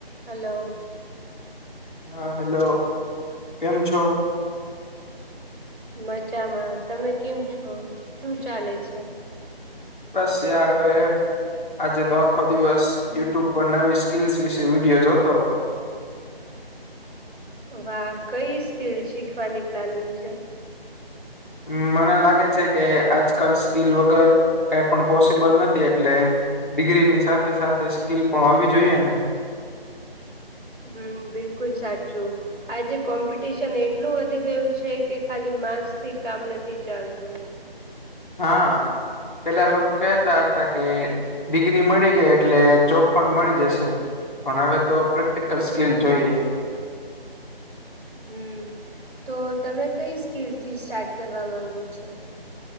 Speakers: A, on the right; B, on the left.
A: Hello.
B: હા hello કેમ છો?
A: મજામાં, તમે કેમ છો? શું ચાલે છે?
B: બસ યાર હવે આજે તો આખો દિવસ યુટ્યુબ પર નવી સ્કીલ્સ વિશે વિડીયો જોતો હતો.
A: વાહ! કઈ સ્કીલ શીખવાની પ્લાનિંગ છે?
B: હમ્મ મને લાગે છે કે આજકાલ સ્કીલ વગર કઈ પણ પોસિબલ નથી એટલે ડિગ્રીની સાથે સાથે સ્કીલ પણ હોવી જોઈએ ને.
A: હમ્મ બિલકુલ સાચું. આજે કોમ્પિટિશન એટલું વધી ગયું છે કે ખાલી માર્ક્સ થી કામ નથી ચાલતું.
B: હા પેલા લોકો કેહેતા હતા કે ડિગ્રી મળી ગઈ એટલે ચોપન મળી જશે. પણ હવે તો પ્રેક્ટિકલ સ્કીલ જોઈએ.
A: હમ્મ તો તમે કઈ સ્કેલ થી સ્ટાર્ટ કરવા માંગો છો.